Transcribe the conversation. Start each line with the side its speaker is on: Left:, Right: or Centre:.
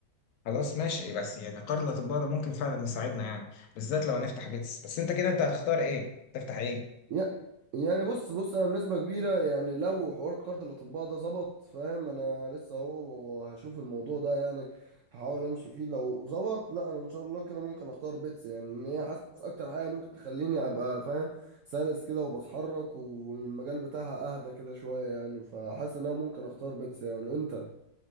Left: خلاص ماشي بس يعني قرض الاطباء ده ممكن فعلا يساعدنا يعني بالذات لو هنفتح بيتس بس انت كده انت هتختار ايه تفتح ايه
Right: يع- يعني بص بص انا بنسبه كبيره يعني لو حوار كارد الاطباء ده ظبط فاهم انا لسه اهو هشوف الموضوع ده يعني هحاول امشي فيه لو ظبط لا انا ان شاء الله كده ممكن اختار بيتس يعني ان هي حاسس اكتر حاجه ممكن تخليني ابقى فاهم سلس كده وبتحرك والمجال بتاعها اهدى كده شويه يعني فحاسس ان انا ممكن اختار بيتس يعني وانت